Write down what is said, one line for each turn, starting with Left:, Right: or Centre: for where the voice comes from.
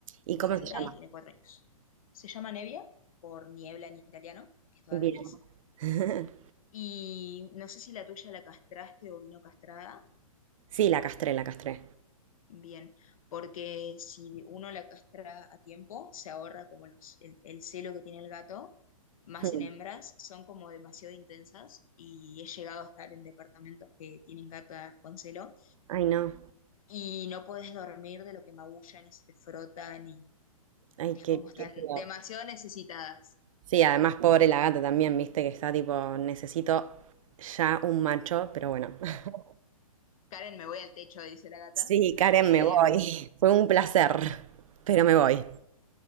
Right: ¿Y
Left: es
Right: cómo
Left: hembra
Right: se llama?
Left: y tiene cuatro años. Se llama Nevia, por niebla en italiano, que es toda
Right: Bien.
Left: gris.
Right: <laughs>
Left: Y no sé si la tuya la castraste o vino castrada.
Right: Sí, la castré, la castré.
Left: Bien, porque si uno la castra a tiempo, se ahorra como los- el, el celo que tiene el gato, más
Right: <laughs> Hmm.
Left: en hembras, son como demasiado intensas y he llegado a estar en departamentos que tienen gatas con celo
Right: Ay, no.
Left: y no puedes dormir de lo que magullan y se te frotan y
Right: Ay,
Left: es
Right: qué,
Left: como están
Right: qué feo.
Left: demasiado necesitadas.
Right: Sí, además, pobre la gata también, viste que está tipo, necesito ya un macho, pero bueno. <laughs>
Left: Karen, me voy al techo, dice la gata.
Right: Sí, Karen,
Left: Eh,
Right: me voy. <laughs> Fue un placer, pero me voy.